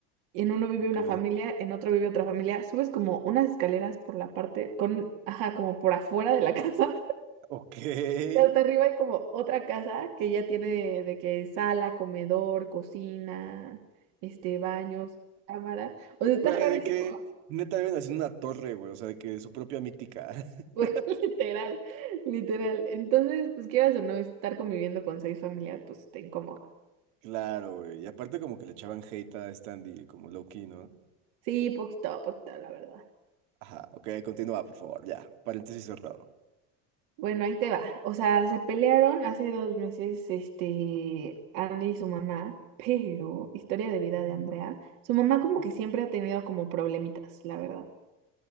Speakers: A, on the right; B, on the right.
A: y en uno vive
B: ok.
A: una familia, en otro vive otra familia, subes como unas escaleras por la parte, con, ajá, como por afuera de la <laughs> casa,
B: Ok. <laughs>
A: y hasta arriba hay como otra casa que ya tiene de que sala, comedor, cocina, este, baños, cámara, o sea, está
B: Güey,
A: rarísimo,
B: de que neta viven haciendo una torre, güey, o sea, de que su propia mítica.
A: <laughs>
B: <laughs>
A: güey, literal, literal, entonces, pues quieras o no, estar conviviendo con seis familias, pues está incómodo,
B: Claro, güey. Y aparte como que le echaban hate a Standy, como low-key, ¿no?
A: sí, poquito a poquito, la verdad.
B: Ajá, ok, continúa, por favor, ya. Paréntesis cerrado.
A: Bueno, ahí te va. O sea, se pelearon hace dos meses, este, Andy y su mamá, pero, historia de vida de Andrea, su mamá como que siempre ha tenido como problemitas, la verdad.